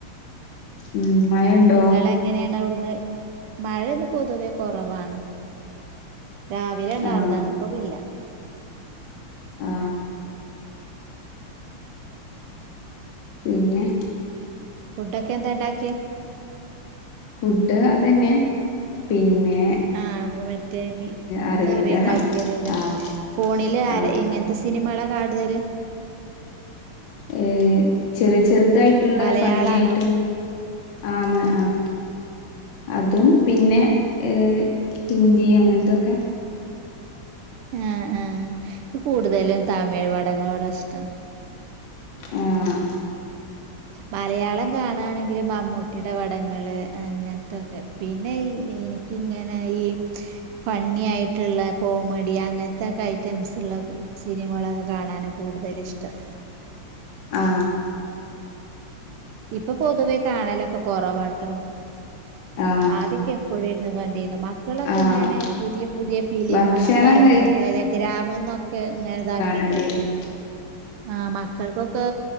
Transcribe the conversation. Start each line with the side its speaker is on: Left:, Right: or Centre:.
Left: ഉം മഴണ്ടോ
Right: നിങ്ങളെ എങ്ങനെയാണ് അവിടുന്ന്. മഴൊന്ന് പൊതുവേ കൊറവാണ് രാവിലെ ഉണ്ടാറുതാണ്ഇപ്പഇല്ല.
Left: ആഹ് ആ പിന്നെ
Right: ഫുഡൊക്കെ എന്താ ഉണ്ടാക്കിയെ?
Left: ഫുഡ് അതന്നെ പിന്നെ -
Right: ആഹ് മറ്റേ
Left: അറിയില്ല
Right: കറി ഉണ്ടാക്കിയതലേ
Left: ആഹ്
Right: ഫോണില് ആര
Left: ആഹ്
Right: എങ്ങനത്തെ സിനിമകളാ കാടുതല്
Left: ഏയ് ചെറിയ ചെറുതായിട്ടുള്ള
Right: മലയാളാണോ
Left: ഫണ്ണി ആായിട്ടുള്ള - ആമ ആഹ അതും പിന്നെ ഏ ഹിന്ദി അങ്ങനത്തൊക്കെ.
Right: ആ ആഹ കൂടുതലും തമിഴ് പടങ്ങളോട ഇഷ്ടം.
Left: ആ <inaudible>
Right: മലയാളം കാണാണെങ്കി മമ്മൂട്ടിയുടെ പടങ്ങള് അങ്ങനത്തൊക്കെ പിന്ന എനിക്കിങ്ങനെ ഈ ഫണ്ണി ആയിട്ടുള്ള കോമഡി അങ്ങനത്തൊക്കെ ഐറ്റംസ് ഉള്ള സിനിമകളൊക്കെ കാണാ കൂടുതൽ ഇഷ്ടം
Left: ആ
Right: ഇപ്പൊ പൊതുവേ കാണലൊക്കെ കുറവാട്ടോ
Left: ആഹ്
Right: ആദ്യൊക്കെ എപ്പോഴും ഇനുന്കണ്ടേവേണ്ടിത് <unintelligible> ഇങളൊക്കെ
Left: ആഹ്
Right: ഇങ്ങനെ പുതിയ പുതിയ ഫിലിമുകളൊക്കെ
Left: ഭക്ഷണം
Right: ഇറങ്ങുമ്പോഴേടെലഗ്രാമ്ന്നൊക്കെഅൻ
Left: കഴി
Right: ഗ്രാമിൽന്നൊക്കെ ഇങ്ങനെ ഇതാക്കി
Left: രണ്ട <unintelligible>
Right: ആഹ മക്കൾക്കൊക്കെ